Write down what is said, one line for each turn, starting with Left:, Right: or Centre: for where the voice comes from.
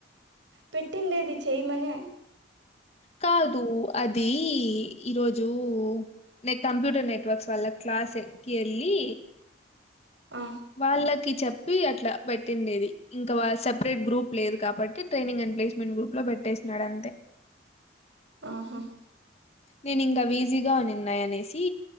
Right: పెట్టిండేది చేయ్య మని
Left: కాదు అది ఈరోజు నెను కంప్యూటర్ నెట్వర్క్స్ వల్ల క్లాస్కి వెళ్ళి
Right: ఆ
Left: వాళ్ళకి చెప్పి అట్లా పెట్టిండేది ఇంకా సెపరేట్ గ్రూప్ లేదు కాబట్టి ట్రైనింగ్ అండ్ ప్లేస్మెంట్ గ్రూప్ లో పెట్టేసన్నాడు అంతే
Right: ఆహా
Left: నేను ఇంగా విజీగా అనిన్నాయి అనేసి